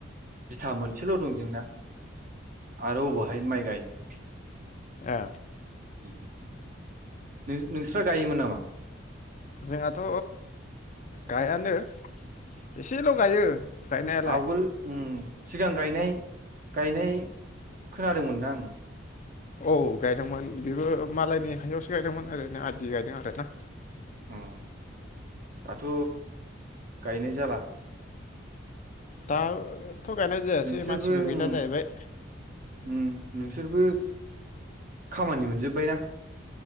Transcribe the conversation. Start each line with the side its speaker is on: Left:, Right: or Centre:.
Right: बिथा मोनसेल' दं जोंना आरो अबावहाय माइ गायनो।
Left: ए।
Right: ओम नों नोंस्रा गायोमोन नामा?
Left: जोंहाथ' गायानो एसेल' गायो गायनायालाय
Right: आवगोल ओम सिगां गायनाय गायनाय खोनादोंमोनदा आं।
Left: औ गायदोंमोन बेबो मालायनि हायावसो गायदोंमोन ओरैनो आदि गायदों आरोना।
Right: ओम। दाथ'। गायनाय जाला।
Left: दा। थ' गायनाय जायासै
Right: नोंसोरबो
Left: मानसिबो गैला
Right: उम
Left: जाहैबाय
Right: उम नोंसोरबो खामानि मोनजोब्बाय ना।